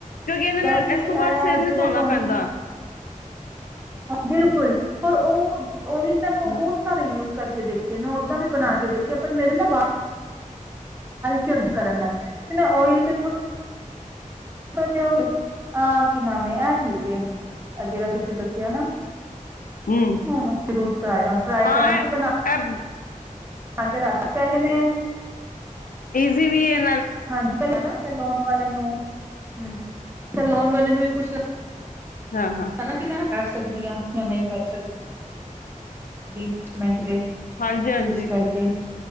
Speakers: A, on the left; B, on the right.
A: ਕਿਉਂਕਿ ਇਹਦੇ ਨਾਲ
B: ਕਿ
A: ਇਸ
B: ਇਹ
A: ਤੋਂ ਬਾਅਦ ਸਿਰ ਨੀ
B: ਜਿਹੜਾ
A: ਧੋਣਾ
B: ਟੋਨਿਕ
A: ਪੈਂਦਾ
B: ਬਿਲਕੁਲ ਪਰ ਉਹ ਓਇਲ ਦਾ ਤੇ
A: ਹਾਂ
B: ਬਹੁਤ ਸਾਰੇ ਯੂਜ ਕਰਕੇ ਦੇਖੇ ਨਾ ਓਦਾਂ ਵੀ ਬਣਾ ਦੇਖਿਆ ਪਰ ਮੇਰੇ ਨਾਂ ਵਾ ਚੁਰਬ ਕਰਨ ਨਾਲ ਤੇ ਮੈਂ ੳਏਲ ਤੇ ੋੜਾ ਜਾ <inaudible> ਆਹ ਕੀ ਨਾਮ ਏ ਇਹ ਠੀਕ ਜਿਹੜਾ ਤੁਸੀਂ ਦਸ ਕਿਆ ਨਾ
A: ਹਮ
B: ਹੁਣ ਜ਼ਰੂਰ ਟਰਾ ਟਰਾਏ
A: ਹਾਂ
B: ਕਰਾਂਗੇ
A: ਇਹ
B: ਬਣਾ
A: ਇਹ
B: ਆ ਕੇ ਰੱਖ ਪਹਿਲੇ ਮੈਂ
A: ਜ਼ਿ ਵੀ ਐਨ
B: ਹਾਂਜੀ ਪਹਿਲਾਂ ਨਾ ਤੇ ਲੋਨ ਵਾਲੇ ਨੂੰ ਹੁ ਤੇ ਲੋਨ ਵਾਲੇ ਨੂੰ ਵੀ ਪੁੱਛ ਲ
A: ਹਾਂ ਹਾਂ
B: ਨਾ ਕਿ ਮੈਂ ਕਰ ਸਕਦੀਆਂ ਜਾਂ ਨਹੀਂ ਕਰ ਸਕ ਵੀ ਮਿੰਟ ਤੇ
A: ਹਾਂਜੀ ਹਾਂਜੀ
B: ਇਸ ਕਰਕੇ